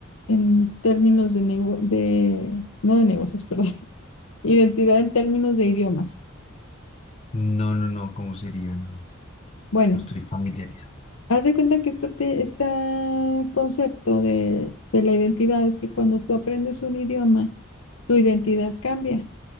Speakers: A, on the left; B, on the left.
A: en términos de nego- de, no de negocios, <laughs> perdón, Identidad en términos de idiomas.
B: No, no, no, ¿cómo sería? No,
A: Bueno,
B: no estoy familiarizado.
A: haz de cuenta que este, te- este concepto de, de la identidad es que cuando tú aprendes un idioma, tu identidad cambia